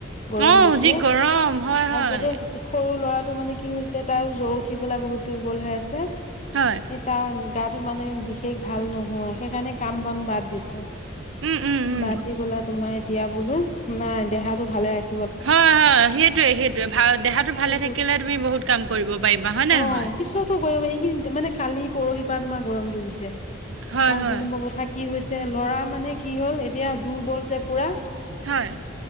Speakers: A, on the left; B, on the right.
A: গৰম
B: অ
A: দেখিয়ে
B: যি গৰম হয় হয়
A: আৰু তাতে সৰু ল'ৰা। টো মানে কি হৈছে তাৰ জৰ উঠি পেলাই বহুত দুৰ্বল হৈ আছে
B: হয়
A: এই তাৰ। গাতো মানে বিশেষ ভাল নহয় সেইকাৰণে কাম বন বাদ দিছো।
B: উম উম উম
A: বাদ দিবলা তোমাৰ এতিয়া বোলো নাই দেহাতটো ভালে আছে।
B: হয় হয় সেইটোয়ে সেইটোয়ে ভাল দেহাটো ভালে
A: সেইটো
B: থাকিলে তুমি বহুত কাম কৰিব পাৰিবা হয় নে
A: অ
B: নহয়।
A: পিছতো গৈ এই কেইদিনমান মানে কালি পৰহি পৰা তোমাৰ গৰমটো দিছে
B: হয়
A: আৰু
B: হয়
A: দুই নম্বৰ কথা কি। কি হৈছে ল'ৰা মানে কি হ'ল এতিয়া দুৰ্বল যে পুৰা।
B: হয়।